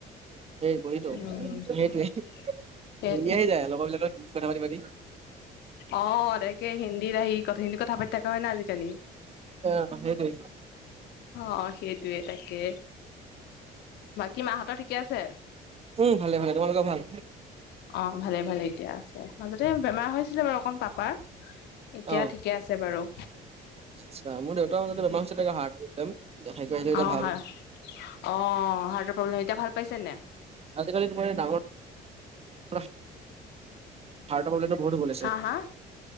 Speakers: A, on the right (about 35°); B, on the left (about 80°).
A: সেই বহীটো
B: উম
A: সেইটোৱে
B: সেইটোৱে,
A: হিন্দী আহি যায় লগৰ বিলাকৰ হিন্দী কথা পাতি পাতি
B: অঁ তাকে হিন্দীত আহি। ত, কথা পাতি থাকা হয় ন আজিকালি।
A: অ' সেইটোয়।
B: অ' সেইটোৱে তাকে, বাকী মাহঁতৰ ঠিকে আছে?
A: উম ভালে ভালে, তোমালোকৰ ভাল?
B: অ' ভালে ভালে এতিয়া আছো এতিয়া, মাজতে বেমাৰ হৈছিলে বাৰু অকমান পাপাৰ। এতিয়া
A: অ
B: ঠিকে আছে বাৰু।
A: আচ্ছা মোৰ দেউতাও মাজতে বেমাৰ হৈছে হাৰ্ট প্ৰব্লেম দেখাই আহিলে এতিয়া
B: অ
A: ভাল।
B: হয় অ' হাৰ্টৰ প্ৰব্লেম এতিয়া ভাল পাইছে নে নাই?
A: আজিকালি তোমাৰ ডাঙৰ। প্ৰ্ <inaudible> হাৰটা বলে ভ ব <inaudible>
B: হা হা?